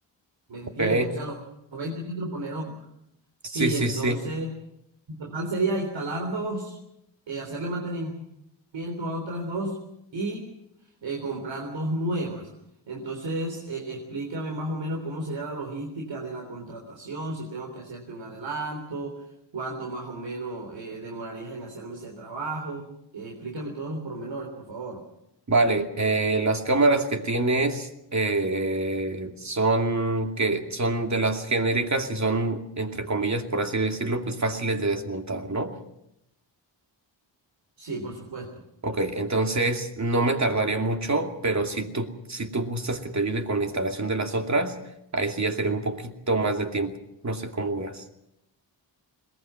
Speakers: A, on the right; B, on the right.
A: ¿Me entiendes?
B: Ok.
A: O sea, los 20 metros poner otro. Sí,
B: Sí, sí,
A: entonces,
B: sí.
A: en total sería instalar dos, eh, hacerle mantenimiento a otras dos y eh, comprar dos nuevas. Entonces, eh, explícame más o menos cómo sería la logística de la contratación, si tengo que hacerte un adelanto, cuánto más o menos eh, demorarías en hacerme ese trabajo. Eh, explícame todos los pormenores, por favor.
B: Vale, eh, las cámaras que tienes eh, son que son de las genéricas y son, entre comillas, por así decirlo, pues fáciles de desmontar, ¿no?
A: Sí, por supuesto.
B: Ok, entonces no me tardaría mucho, pero si tú, si tú gustas que te ayude con la instalación de las otras, ahí sí ya sería un poquito más de tiempo. No sé cómo veas.